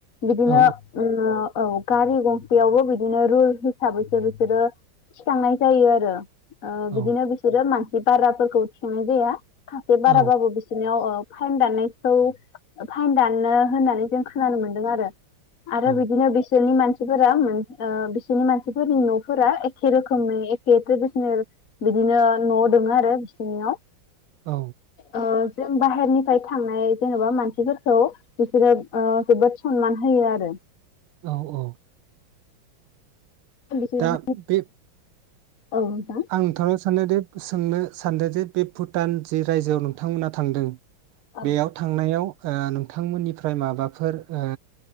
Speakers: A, on the left; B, on the right.
A: बिदिनो
B: औ
A: ओ औ गारि गंसेयावबो बिदिनो रुल हिसाबैसो बिसोरो थिखांनाय जायो आरो ओ
B: औ
A: बिदिनो बिसोरो मा। सि बाराफोरखौ थिखांंनाय जाया। सासे बाराबाबो
B: औ
A: बिसोरनियाव औ। फाइन दाननायखौ फाइन दाननो होननानै जों खोनानो मोन्दों आरो। आरो
B: औ
A: बिदिनो बिसोरनि मान सिफोरा ओ बिसोरनि मानसिफोरनि नफोरा एखे रोखोमै एखे ट्रेडिसेनेल बिदिनो नआव दङ आरो बिसोरनियाव
B: औ।
A: ओ जों बाहेरनिफ्राय थांनाय जेनबा मानसिफोरखौ बिसोरो ओ जोबोद सनमान होयो आरो।
B: औ औ।
A: बिसोरो
B: दा बे
A: औ नोंथां
B: आं थांनो सानोदि सोंनो सानदो जे बे भुटान जि रायजोआव नोंथांमोना थांदों।
A: ओ
B: बेयाव थांनायाव। ओ नोंथांमोननिफ्राय माबाफोर ओ